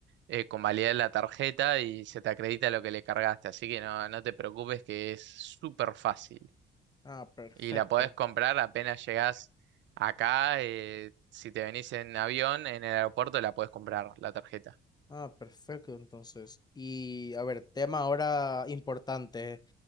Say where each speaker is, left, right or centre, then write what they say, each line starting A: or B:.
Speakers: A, on the right; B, on the left.
A: eh, convalidar la tarjeta y se te acredita lo que le cargaste. Así que no, no te preocupes que es súper fácil.
B: Ah, perfecto.
A: Y la podés comprar apenas llegás acá. eh, si te venís en avión, en el aeropuerto la podés comprar, la tarjeta.
B: Ah, perfecto, entonces. Y a ver, tema ahora importante.